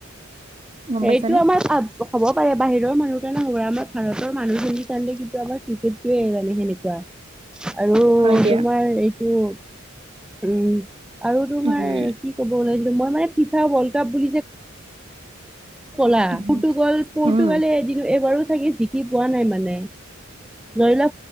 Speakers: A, on the right; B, in the centre.
A: গম
B: সেইটো
A: পাইছানে?
B: আমাৰ হ'ব পাৰে বাহিৰৰ মানুহ ণ হ'ব আমাৰ ভাৰতৰ মানুহখিনিৰ কাৰণে কিন্তু আমাৰ ক্ৰিকেটোৱে এনেকুৱা আৰু
A: হয় দিয়া,
B: তোমাৰ এইটো উম আৰু তোমাৰ
A: উম।
B: কি ক'ব লাইছিলো মই মানে ফিফা ৱৰ্ল্ড কাপ বুলি যে কলা
A: উম,
B: পৰ্তুগাল পৰ্তুগালে
A: উম,
B: এদিন এবাৰো চাগে জিকি পোৱা নাই মানে ধৰিল